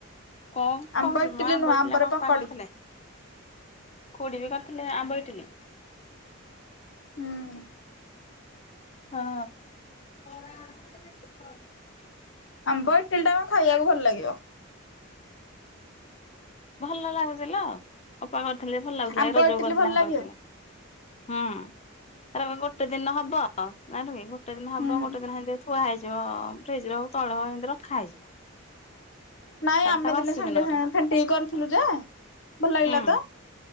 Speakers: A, on the left (about 30°); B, on the left (about 60°).
A: କଁ
B: ଆମ୍ବ
A: କୋହୁଚୁ
B: ଇଟିଲି
A: <unintelligible> ଆମ
B: ନୁହଁ
A: ଅପା
B: ଆମ୍ବରେ ପକଡି
A: କରିଥିଲେ। ଖୁଡ଼ି ବି କରିଥିଲେ ଆମ୍ବ ଇଟିଲି।
B: ହୁଁ।
A: ହଁ। <unintelligible>
B: ଆମ୍ବ ଇଟିଲିଟା ହଁ ଖାଇବାକୁ ଭଲ ଲାଗିବ।
A: ଭଲ ଲାଗୁଚି ଲୋ ଅପା କରିଥିଲେ ଭଲ ଲାଗୁଥିଲା
B: ଆମ୍ବ
A: ଏଇ ରଜକୁ
B: ଇଟିଲି
A: କରିଥିଲେ
B: ଭଲ
A: ଆମ୍ୱ
B: ଲାଗିବ
A: ଇଟିଲି। ହୁଁ <unintelligible> ଗୋଟେ ଦିନ ହବ ଯାଇଁଲୁ କି ଗୋଟେ ଦିନ ହବ
B: ହୁଁ
A: ଗୋଟେ ଦିନ ହେନ୍ତି ଥୁଆ ହେଇଯିବ ଫ୍ରିଜରେ ହୋଉ ତଳେ <unintelligible> ରଖା ହେଇଯିବ।
B: ନାଇଁ
A: ତାପରେ
B: ଆମେ
A: ତା ବାସି
B: ଦିନେ ସାଙ୍ଗେ
A: ଦିନ କରିବ
B: ସାଙ୍ଗେ ଫେଣ୍ଟି କି କରିଥିଲୁ ଯେ ଭଲ ଲାଗିଲା
A: ହୁଁ
B: ତ।